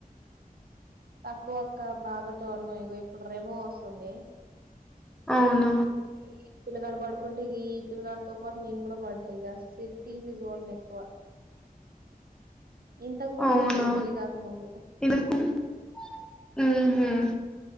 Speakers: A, on the right; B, in the centre.
A: తక్కువక్క బాగా చూడ్ను ఇగో ఇప్పుడు రెమో వస్తుంది
B: అవును
A: <inaudible> ఈ పిల్లగాడ పడుకుంటే ఈ పిల్గాడతో పాటు నేను కూడా పడ్తా ఇక సి టీవి జోన్ ఎక్కువ ఇంతకు ముందు
B: అవునా
A: చూసేది పెళ్లి కాక ముందు
B: ఇగా <inaudible> హు హ్మ్